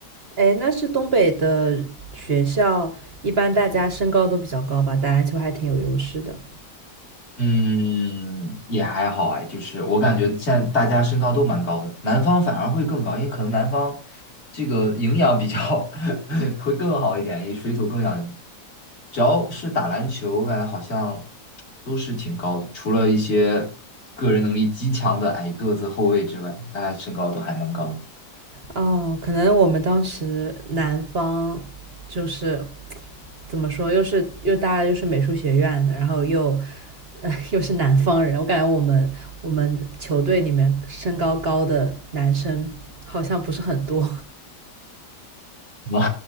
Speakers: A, on the right (about 40°); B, on the left (about 40°).
A: 哎，那是东北的学校，一般大家身高都比较高吧，打篮球还挺有优势的。
B: 嗯，也还好哎，就是我感觉现在大家身高都蛮高的，南方反而会更高，因为可能南方这个营养比较 <laughs> 会更好一点，也水土更养人。只要是打篮球，我感觉好像都是挺高的，除了一些个人能力极强的矮个子后卫之外，大家身高都还蛮高的。
A: 哦，可能我们当时南方就是怎么说，又是又大家又是美术学院的，然后又呃 <laughs> 又是南方人，我感觉我们我们球队里面身高高的男生好像不是很多。
B: 哇